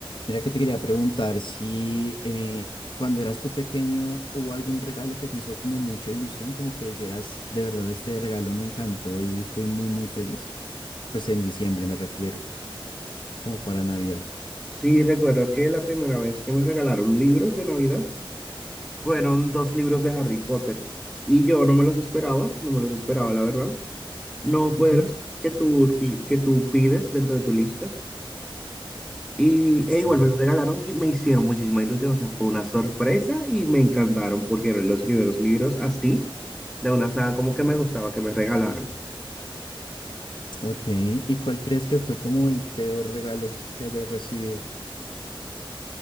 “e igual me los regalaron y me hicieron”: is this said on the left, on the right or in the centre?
Centre